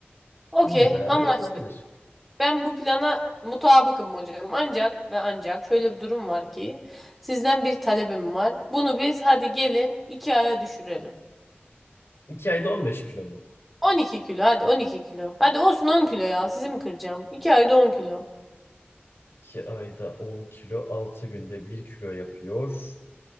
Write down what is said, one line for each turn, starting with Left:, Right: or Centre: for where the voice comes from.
Centre: Okey,
Left: Bununla beraber
Centre: anlaştık.
Left: yapılabilir.
Centre: Ben bu plana mutabıkım hocam. Ancak ve ancak şöyle bir durum var ki sizden bir talebim var. Bunu biz hadi gelin iki aya düşürelim.
Left: 2 ayda 15 kilo mu?
Centre: On iki kilo hadi 12 kilo. Hadi olsun 10 kilo ya. Sizi mi kıracağım? 2 ayda on kilo.
Left: 2 ayda 10 kilo, 6 günde bir kilo yapıyor.